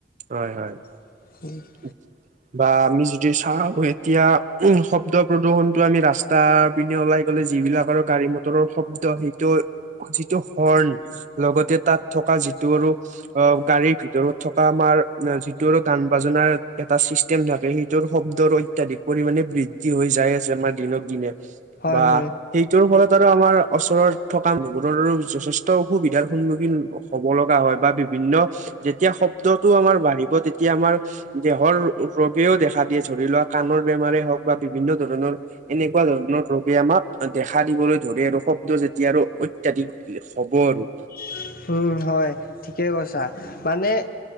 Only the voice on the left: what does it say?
<unintelligible>
হয়
হয়
<inaudible> উম হয় ঠিকেই কৈছা মানে